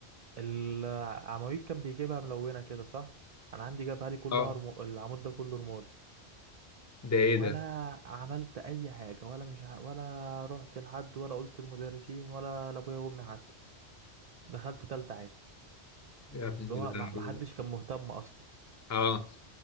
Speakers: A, on the right; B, on the left.
A: العواميد كان بيجيبها ملونة كده صح انا عندي جابها لي كلها
B: اه
A: رمو... العمود ده كله رمادي
B: ده ايه
A: ولا
B: ده
A: عملت اي حاجة ولا مش ع... ولا رحت لحد ولا قلت للمدرسين ولا لابويا وامي حتى دخلت تالتة عادي
B: يا ابن
A: اللي هو
B: اللعيبه
A: ما ما حدش كان مهتم اصلا
B: اه